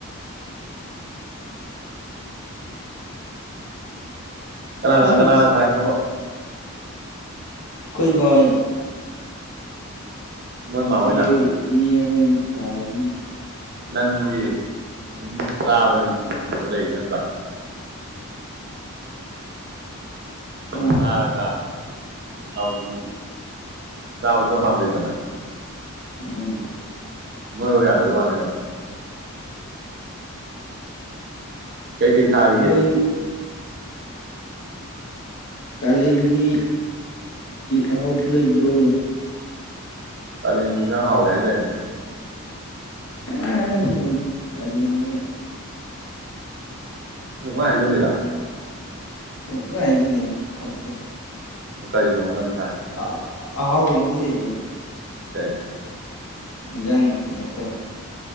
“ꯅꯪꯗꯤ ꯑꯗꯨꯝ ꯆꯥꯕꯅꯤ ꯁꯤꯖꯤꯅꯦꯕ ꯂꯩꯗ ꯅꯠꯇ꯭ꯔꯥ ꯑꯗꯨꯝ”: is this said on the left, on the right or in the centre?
Right